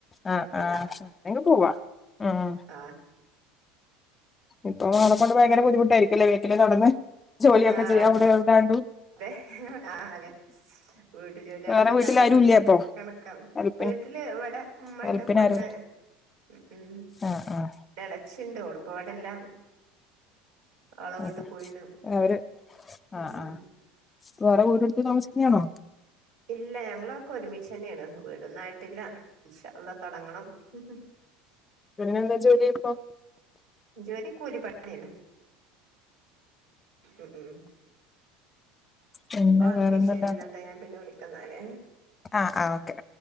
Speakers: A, on the right; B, on the left.
A: കൊഴപ്പല്ല
B: അ ആ അയ്ന് ക്കെ പോവാ ഉം.
A: ആ
B: ഇപ്പൊ അവളെക്കൊണ്ട് ഭയങ്കര ബുദ്ധിമുട്ടായിരിക്കല്ലേ വീട്ടിലെ ജോലിയൊക്കെ
A: ആഹ്
B: ചെയ്യാൻ അവിടെ എവിടൊണ്ടണ്ട്
A: അതെ ആ അതെ വീട്ട് ജോലികളൊക്കെ
B: വേറെ വീട്ടിൽ
A: കഴിയുമ്പോത്തിന്
B: ആരും ഇല്ലേ അപ്പൊ
A: കണക്കാ.
B: ഹെൽപ്പിന്
A: വീട്ടില് ഇവിടെ ഉമ്മണ്ട്
B: ഹെൽപ്പിന്
A: ഇപ്പണ്ട്.
B: ആരും
A: ഉം ഉം
B: ആഹ് ആഹ്
A: എളെച്ചിണ്ട് ഓള് ഇപ്പ ഇവടില്ല. ആളവീട്ട്
B: അതെ
A: പോയിന്ന്
B: അവര്
A: ഉം
B: ആഹ്
A: ഉം
B: ആഹ് വേറെ വീടെടുത്ത് താമസിക്കാണോ
A: ഇല്ല ഞങ്ങളൊക്കെ ഒരുമിച്ച് തന്നെയാണ് വീടൊന്നും ആയിട്ടില്ല ഇൻഷാ അള്ളാ തുടങ്ങണം ഉം ഉം
B: എങ്ങനുണ്ട് ജോലി ഇപ്പൊ
A: ജോലി കൂലിപ്പണിയെന്ന ഉം ഉം
B: പിന്നെ
A: ആ
B: വേറെന്തല്ലാ
A: ഓക്കെ ശരി എന്നാട്ടാ ഞാൻ പിന്നെ വിളിക്കുന്നല്ലേ
B: ആ ആ ഓക്കെ